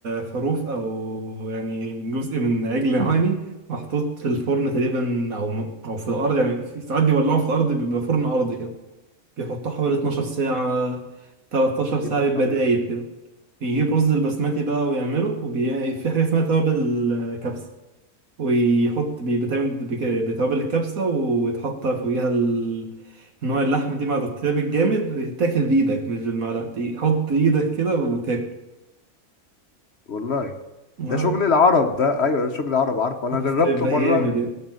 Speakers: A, on the right (about 70°); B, on the left (about 50°).
A: خروف او يعني جزء من عجل هواني محطوط في الفرن تقريبا او او في الارض يعني في ساعات بيولعوه في الارض بيبقى فرن ارضي كده بيحطوه حوالي 12 ساعة 13 ساعة
B: يا نهار
A: بيبقى
B: أبيض
A: دايب كده بيجيب رز البسمتي بقى ويعمله وفي حاجة اسمها توابل كبسة ويحط بي- بيتعمل بك- بتوابل الكبسة ويتحط فوقيها ال- نوع اللحم دي مع الطياب الجامد ويتاكل بإيدك مش بالمعلقة دي حط إيدك كده وتاكل
B: والله
A: آه،
B: ده شغل العرب ده ايوه ده شغل العرب عارفه انا
A: بس
B: جربته
A: بيبقى
B: مره
A: جامد يعني